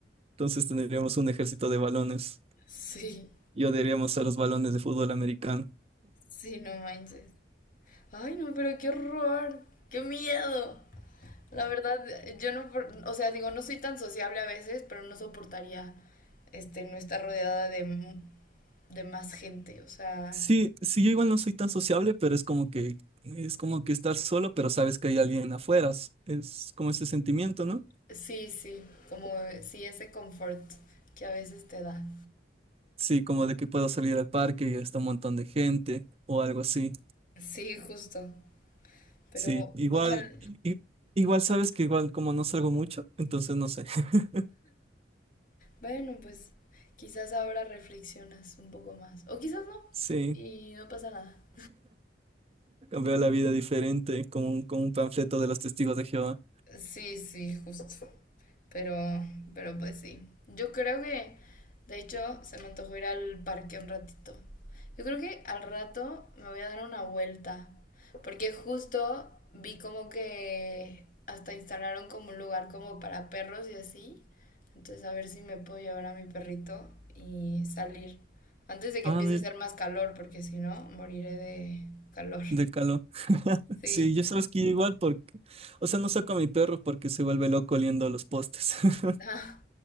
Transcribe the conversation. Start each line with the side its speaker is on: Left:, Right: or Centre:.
Right: Entonces tendríamos un ejército de balones
Left: Sí,
Right: y odiaríamos a los balones de fútbol americano.
Left: sí, no manches. Ay, no, pero qué horror, qué miedo. La verdad, yo no, por- o sea, digo, no soy tan sociable a veces, pero no soportaría, este, no estar rodeada de, m- de más gente. O sea,
Right: Sí, sí, yo igual no soy tan sociable, pero es como que, es como que estar solo, pero sabes que hay alguien afuera. Es como ese sentimiento, ¿no?
Left: sí, sí, como eh, sí, ese confort que a veces te da.
Right: Sí, como de que puedo salir al parque y está un montón de gente o algo así.
Left: Sí, justo. Pero
Right: Sí, igual,
Left: ojalá,
Right: i- igual sabes que igual como no salgo mucho, entonces no sé. <laughs>
Left: bueno, pues quizás ahora reflexionas un poco más. O quizás no,
Right: Sí,
Left: y no pasa nada.
Right: veo la vida diferente, como un, como un panfleto de los testigos de Jehová.
Left: Sí, sí, justo. Pero, pero pues sí. Yo creo que, de hecho, se me antojó ir al parque un ratito. Yo creo que al rato me voy a dar una vuelta. Porque justo vi como que hasta instalaron como un lugar como para perros y así. Entonces a ver si me puedo llevar a mi perrito y salir. Antes de que
Right: Ah,
Left: empiece
Right: mira,
Left: a hacer más calor, porque si no, moriré de calor.
Right: de calor. <laughs>
Left: Sí.
Right: Sí,
Left: <laughs>
Right: yo sabes que igual porque, o sea, no saco a mi perro porque se vuelve loco oliendo los postes. <laughs>
Left: Ah,